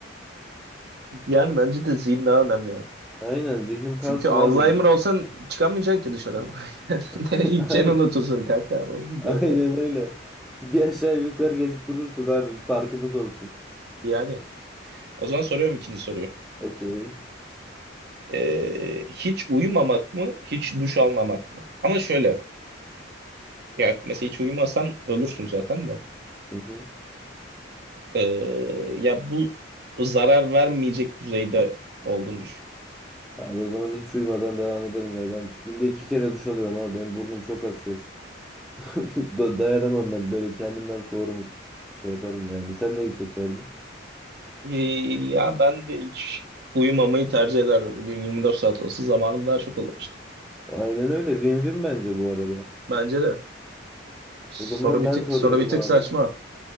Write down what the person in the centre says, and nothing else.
Aynen zihnim kalsın
abi. Vücudum-
<laughs>
Ay,
aynen
öyle. Bir aşağı yukarı gezip durursun abi bir farkımız olsun.
Okey.
Hı hı.
Abi o zaman hiç uyumadan devam ederim ya. Ben günde iki kere duş alıyorum abi. Benim burnum çok hassas. <laughs> Da- Dayanamam ben böyle kendimden soğurum şey yaparım yani. Sen neyi seçerdin?
Aynen öyle. Win-win bence bu arada.
O zaman
ben
soruyorum
abi.